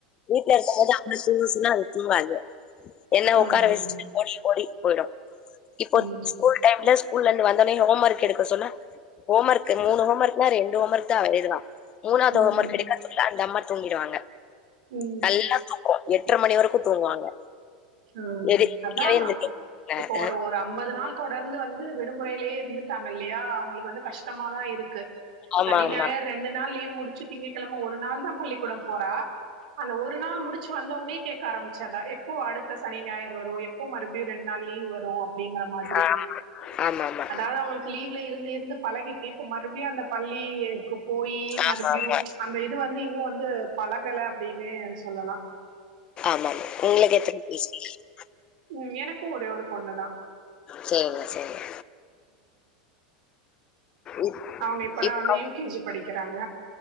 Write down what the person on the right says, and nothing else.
ஆமாங்க
ம்
ம்
ம்
அ
அதா
இப்போ ஒரு ஒரு அம் அம்பது நாள் தொடர்ந்து வந்து விடுமுறைலே இருந்துட்டாங்க இல்லையா அவுங்ளுக்கு வந்து கஷ்டமா தா இருக்கு
சனி
ஞாயர் ரெண்டு நாள் லீவ் முடிச்சு திங்க கெழம ஒரு நாள் தா பள்ளி கூ போறா அந்த ஒரு நாள் முடிச்சு வந்தவோன்னே கேக்க ஆரம்மிச்சர்றா எப்போ அடுத்த சனி ஞாயர் வரும எப்போ மறுபடி ரெண்டு நாள் லீவ் வரு அப்டிங்கற மாதிரி
அதாது அவுங்ளுக்கு லீவ்ல இருந்து இருந்து பழகிட்டு இப்ப மறுபடி அந்த பள்ளிக்கூ போயி மறுபடியு
அந்த இது வந்து இன்னு வந்து பழகல அப்டின்னு சொல்லலா
ம் எனக்கு ஒரே ஒரு பொண்ணுதா
அவுங்க இப்பதா
வந்து யூகேஜி படிக்கறாங்க